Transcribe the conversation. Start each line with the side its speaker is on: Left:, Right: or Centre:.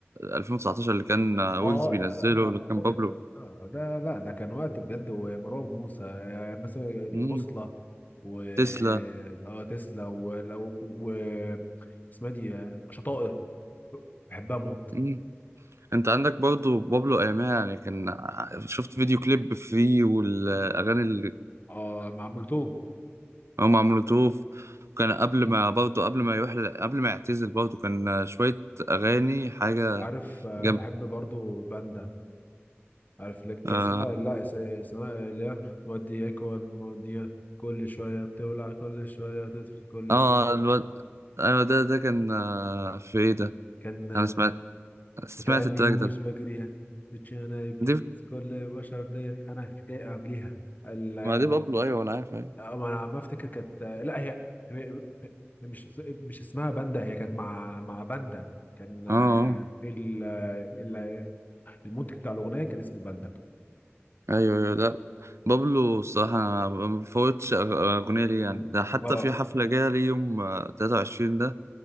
Right: 2019 اللي كان ويجز
Left: اه
Right: بينزله
Left: لا لا لا
Right: اللي كان
Left: فكك
Right: بابلو
Left: آه ده لا ده كان وقت بجد ومروان موسى آه، مثلا البوصلة
Right: مم.
Left: و
Right: تسلا
Left: اه تسلا و, لو- و... اسمها دي آه، شطائر بحبها موت
Right: مم. انت عندك برضو بابلو ايامها يعني كان شفت فيديو كليب فري والاغاني
Left: اه آه، مع مولوتوف
Right: هو مع مولوتوف كان قبل ما برضه قبل ما يروح قبل ما يعتزل برضه كان شوية أغاني حاجة
Left: عارف آه،
Right: جنب
Left: بحب برضو باندا عارف لك
Right: آه,
Left: اسمها لا اس- اسمها اللي هي مودياك ون- موديا كل شوية بتولع كل شوية تطفي كل
Right: آه
Left: شوية
Right: الواد أيوة ده ده كان آه في إيه ده
Left: كان
Right: أنا سمعت سمعت
Left: وتأني تمام
Right: التراك
Left: يومش
Right: ده
Left: بجريها بتشانا إبليس
Right: دي
Left: كل بشر دي أنا جاي قبليها ال-
Right: ما دي بابلو أيوة أنا عارف أيوة
Left: أه، ما أنا عم أفتكر كانت لا هي هي- هي مش مش اسمها باندا هي كانت مع مع باندا كان آه،
Right: آه آه.
Left: ال... ال... المنتج بتاع الأغنية كان اسمه باندا
Right: أيوة أيوة لا بابلو الصراحة أنا ما بفوتش أغ- أغنية ليه يعني
Left: مم.
Right: ده حتى
Left: اه
Right: في حفلة جاية ليه يوم آه، 23 ده